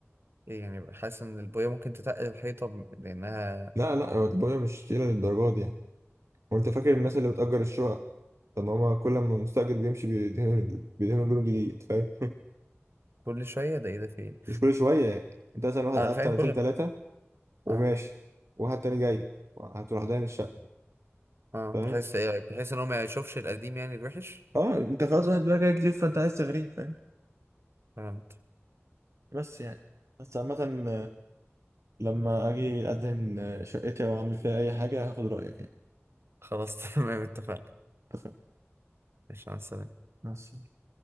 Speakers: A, on the right (about 55°); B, on the right (about 75°).
A: ايه يعني حاسس ان البويه ممكن تتقل الحيطه ب- لانها
B: لا لا هو البويه مش تقيله للدرجه دي يعني وانت فاكر الناس اللي بتأجر الشقق طب ما هما كل ما المستأجر بيمشي بيدهنوا بيدهنوا لون جديد فاهم <laughs>
A: كل شويه ده ايه ده في ايه
B: مش كل شويه يعني انت مثلا واحد
A: انا
B: قعد
A: فاهم
B: سنتين
A: كل
B: ثلاثه وماشي
A: اه
B: واحد تاني جاي هتروح داين الشقه
A: اه
B: فاهم
A: بحس ايه بحس ان هو ما يشوفش القديم يعني الوحش
B: اه انت خلاص واحد بقى جاي جديد فانت عايز تغريه فاهم
A: فهمت
B: بس يعني بس عامة آه، لما اجي ادهن آه، شقتي او اعمل فيها اي حاجة هاخد رأيك يعني
A: خلاص <laughs> تمام اتفقنا
B: اتفقنا
A: ماشي مع السلامه
B: مع السلامة